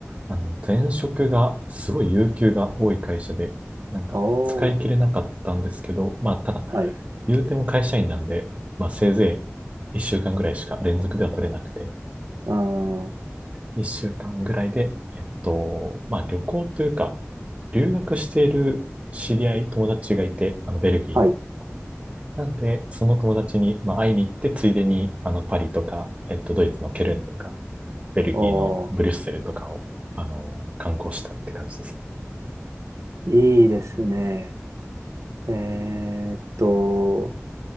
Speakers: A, on the right; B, on the right.
A: あの、前職がすごい有給が多い会社で、なんか使い切れなかったんですけど、
B: おー、
A: まあ、ただ
B: はい。
A: 言うても会社員なんで、まあせいぜい1週間ぐらいしか連続では取れなくて、
B: あー、
A: 1週間ぐらいで、えっと、まあ旅行というか、留学している知り合い、友達がいて、あのベルギーに。
B: はい。
A: なんで、その友達に、まあ、会いに行って、ついでに、あの、パリとか、えっと、ドイツのケルンとか、ベルギーのブリュッセルとかを、
B: おー、
A: あの、観光したって感じです
B: いいですね。えーっと、